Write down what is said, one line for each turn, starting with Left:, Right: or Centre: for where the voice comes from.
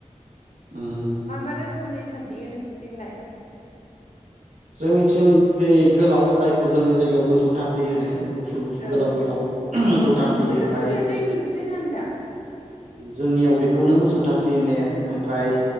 Right: उम
Left: मा मा रोखोमनि एनथाब देयो नोंसोरनिथिंलाय?
Right: जोंनिथिं बे गोलाव जायखौ जोंनि जायगायाव मोसौ थाफ्लि होनो। गुफुर गुफुर
Left: औ
Right: गोलाव गोलाव मोसौ थाफ्लि
Left: मोसौ
Right: ओमफाय
Left: थाफ्लिया दैनिखौसो होना होनदा
Right: जोंनियाव बेखौनो मोसौ थाफ्लि ए ने ओमफ्राय
Left: अ